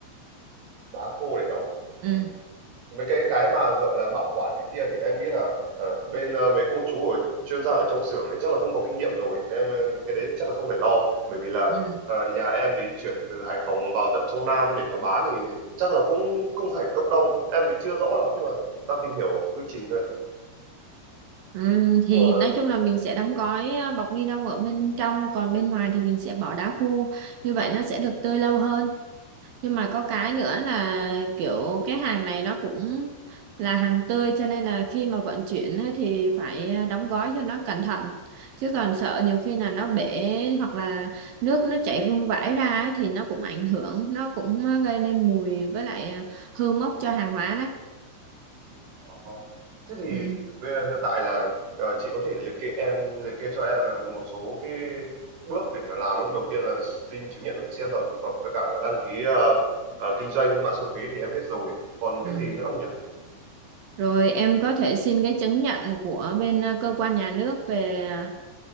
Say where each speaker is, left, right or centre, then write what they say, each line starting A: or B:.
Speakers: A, on the right; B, on the right.
A: đá khô để đóng
B: ừ,
A: Ừ. mấy cái cái mà gọi là bảo quản này kia thì em nghĩ là ở bên ờ, mấy cô chú ở chuyên gia ở trong xưởng thì chắc là cũng có kinh nghiệm rồi nên em ờ, cái đấy chắc là không phải lo bởi vì là
B: ừ,
A: ờ, nhà em thì chuyển từ Hải Phòng vào tận trong Nam để mà bán thì chắc là cũng cũng phải cấp đông em thì chưa rõ lắm nhưng mà đang tìm hiểu quy trình thôi ạ.
B: ừ.
A: nhưng
B: thì
A: mà
B: nói chung là mình sẽ đóng gói ờ, bọc ni lông ở bên trong còn bên ngoài thì mình sẽ bỏ đá khô như vậy nó sẽ được tươi lâu hơn nhưng mà có cái nữa là kiểu cái hàng này nó cũng là hàng tươi cho nên là khi mà vận chuyển á thì phải ờ, đóng gói cho nó cẩn thận chứ còn sợ nhiều khi là nó bể hoặc là nước nó chảy vương vãi ra á thì nó cũng ảnh hưởng nó cũng ờ, gây nên mùi với lại ờ, hư mốc cho hàng hóa đấy
A: Ồ. Thế thì
B: ừ.
A: bây giờ hiện tại là ờ, chị có thể liệt kê em liệt kê cho em là một số cái bước để mà làm đúng không? Đầu tiên là xin chứng nhận vệ sinh an toàn thực phẩm với cả là đăng ký ờ, ờ, kinh doanh mã số thuế thì em biết rồi. Còn cái
B: Ừ.
A: gì nữa không nhỉ?
B: Rồi em có thể xin cái chứng nhận của bên ờ, cơ quan nhà nước về ờ,